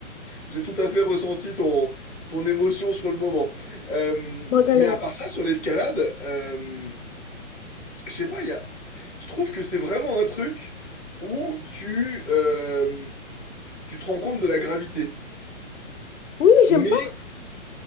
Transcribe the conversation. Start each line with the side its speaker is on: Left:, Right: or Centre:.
Centre: j'ai tout à fait ressenti ton, ton émotion sur le moment. Euh,
Left: ma galère.
Centre: mais à part ça, sur l'escalade, euh, je sais pas, il y a... Je trouve que c'est vraiment un truc où tu, euh, tu te rends compte de la gravité.
Left: Oui, mais
Centre: Mais
Left: j'aime pas